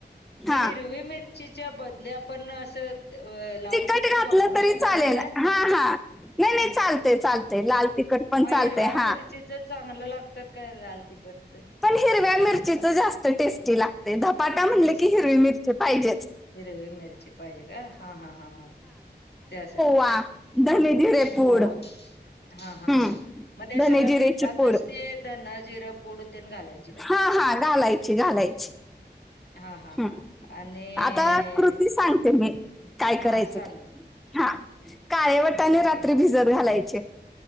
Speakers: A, on the left; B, in the centre.
A: मग
B: हा
A: हिरवी मिरचीच्या बदल्या आपण असं अ लाल
B: तिकट
A: तिखट
B: घातलं
A: वापरू
B: तरी
A: शकत
B: चालेल
A: नाही काय
B: हा हा. नाही नाही चालतय चालतेय लाल तिकट पण
A: मग हिरव्या
B: चालत हा.
A: <unintelligible> चांगलं लागतात. काय? लाल तिखटच.
B: पण, हिरव्या मिरचीच जास्त टेस्टी लागतय. धपाटा म्हणले
A: टेस्ट
B: की, हिरवी मिरची पाहिजेच.
A: हिरवी मिरची पाहिजे काय? हा हा हा हा.. त्यासाठी.
B: वा धणे, जिरे पूड.
A: ओवा हा. हा.
B: हम्म
A: हा. मग, त्या
B: धने
A: सगळ्या
B: जिरेची
A: पिठातच
B: पूड
A: ते धणं, जिरं पूड तेन घालायचं.
B: हा. हा. घालायची, घालायची.
A: हा हा
B: हम्म.
A: हा आणि
B: आता कृती सांगते. मी. काय
A: हा
B: करायचं?
A: सांगा
B: हा काळे वटाणे रात्री भिजत घालायचे.